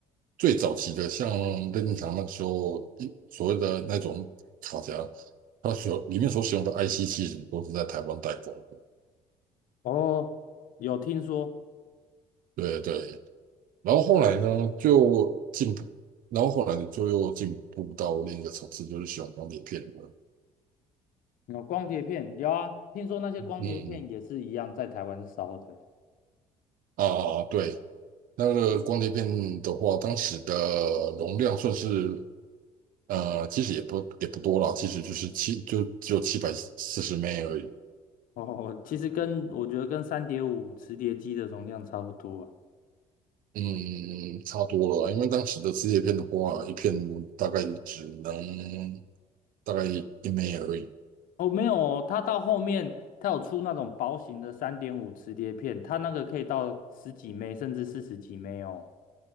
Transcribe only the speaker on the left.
哦，有听说
有光碟片，有啊，听说那些光碟片也是一样在台湾烧的。
哦，其实跟我觉得跟三点五磁碟机的容量差不多啊。
哦，没有哦，它到后面它有出那种薄型的三点五磁碟片，它那个可以到十几枚甚至四十几枚哦。